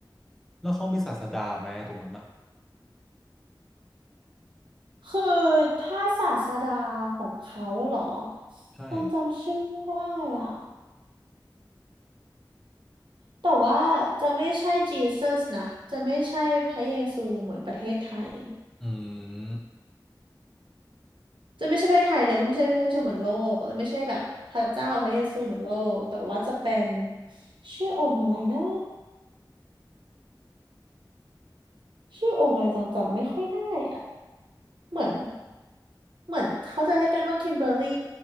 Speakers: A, in the centre; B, on the right.
A: แล้วเขามีศาสดาไหมตรงนั้นอ่ะ
B: คือถ้าศาสดาของเขาเหรอ
A: ใช่
B: ต้องจำชื่อไม่ได้อ่ะแต่ว่าจะไม่ใช่จีเซสนะจะไม่ใช่พระเยซูเหมือนประเทศไทย
A: อืม
B: จะไม่ใช่ประเทศไทยเลยว่าไม่ใช่พระเยซูเหมือนโลกไม่ใช่แบบพระเจ้าพระเยซูเหมือนโลกแต่ว่าจะเป็นชื่อองค์อะไรนะชื่อองค์อะไรต้องจำไม่ค่อยได้อะ เหมือนเหมือนเขาจะเรียกกันว่าคิมเบอร์รี่